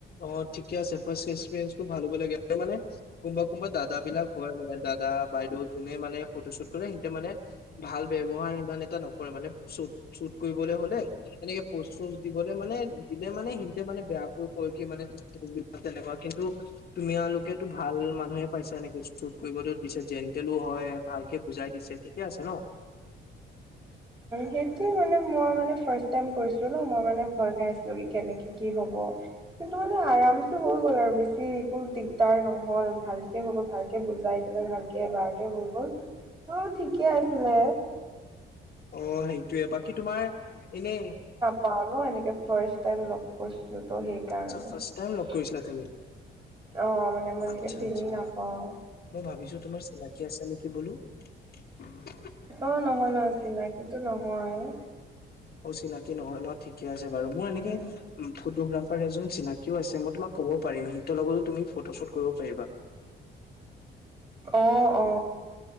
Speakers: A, on the left; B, on the right.
A: অঁ! ঠিকে আছে ফাষ্ট এক্সপিৰিয়েঞ্চটো ভাল হ'ব লাগে। আৰু মানে কোনোবা-কোনোবা দাদা বিলাক হয় মানে <unintelligible> দাদা, বাইদেউ যোনে মানে ফটো শ্বুট কৰে সিহঁতে মানে ভাল ব্যৱহাৰ সিমান এটা নকৰে মানে। <inaudible> শ্বুট-শ্বুট কৰিবলে হলে এনেকে পোচ-চচ দিবলৈ মানে দিলে মানে সিহঁতে মানে বেয়া কৈ <inaudible> কৈ দিয়ে মানে <inaudible> তেনেকুৱা কিন্তু তোমালোকেতো ভাল মানুহে পাইছা এনেকে শ্বুট কৰিবতো দিছে, জেণ্টেলো হয়, ভালকে বুজাই দিছে। <inaudible> ঠিকে আছে ন। <unintelligible> <unintelligible>
B: সেইটোৱেই মানে মই মানে ফাৰ্ষ্ট টাইম কৰিছিলো ন। মই মানে ভয় খাই আছিলো কি কেনেকে কি হব। <inaudible> কিন্তু মানে আৰামচে হৈ গ'ল আৰু বেছি <unintelligible> বাকী একো দিগদাৰ নহল, ভালকে হৈ গ'ল, ভালকে বুজাই দিলে, ভালকে এবাৰতে হৈ গ'ল। <inaudible> <unintelligible> তোৰ ঠিকে আছিলে।
A: অ! সেইটোৱে বাকী তোমাৰ এনে <inaudible>
B: পাওঁ ন এনেকে ফাৰ্ষ্ট টাইম লগ কৰিছিলো ত সেইকাৰণে।
A: আচ্ছা ফাৰ্ষ্ট টাইম লগ কৰিছিলা
B: <inaudible>
A: তুমি
B: অ! মানে মই এনেকে
A: আচ্ছা
B: চিনি
A: আচ্ছা
B: নাপাওঁ। <unintelligible>
A: মই ভাবিছোঁ তোমাৰ চিনাকী আছে নেকি বোলো। <inaudible>
B: অ! নহয়-নহয় চিনাকিতো নহয়। <inaudible>
A: অচিনাকি নহয় ন ঠিকে আছে বাৰু। মই এনেকে
B: উম
A: ফটোগ্ৰাফ <inaudible> <inaudible> এজন চিনাকিও আছে মই তোমাক কব পাৰিম। সিহঁতৰ লগতো তুমি ফটো শ্বুট কৰিব পাৰিবা।
B: অ অ